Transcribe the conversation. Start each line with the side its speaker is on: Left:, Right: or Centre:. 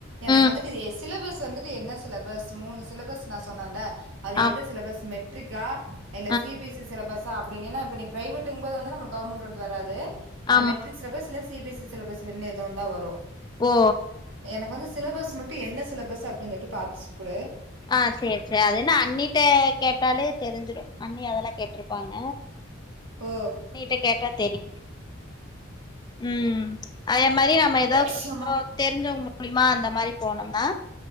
Right: எனக்கு
Left: ம்
Right: வந்துட்டு சிலபஸ் வந்து டு என்ன சிலபஸ் மூணு சிலபஸ் நா சொன்னன்ல அது
Left: ஆம்
Right: எந்த சிலபஸ் மெட் ட்ரிக்கா இல்ல
Left: ஆ
Right: சி பி எஸ் சிலபஸா அப் இப்பனிங்கன்ன இப்ப நீ பிரவேட்டுங்கும்போது வந்து நம் கவர்மெண்ட் டோடது வராது
Left: ஆமா
Right: மெட்ரிக்ஸிலபஸ் இல்ல C B S C syllabus ரெண்ட்ல எதோ ஒன்னுதா வரு
Left: ஓ
Right: எனக்கு வந்து சிலபஸ் மட்டு என்ன சிலபஸ் அப்டினுடு சொல்லிட்டு பாத்து குடு
Left: ஆ செரி செரி அதன்னா அண்ணிட்ட கேட்டாலே தெரிஞ்சிரு அண்ணி அதெல்லா கேட்ருப்பாங்க
Right: ஓ
Left: அண்ணிட்ட கேட்டா தெரியு உ அதே மாரி ந நம்ம ஏதாவது
Right: ஏ
Left: கொஞ்ச
Right: ஷம்மா
Left: தெரிஞ்சவங்க மூலியமா அந்த மாரி போனோம் நா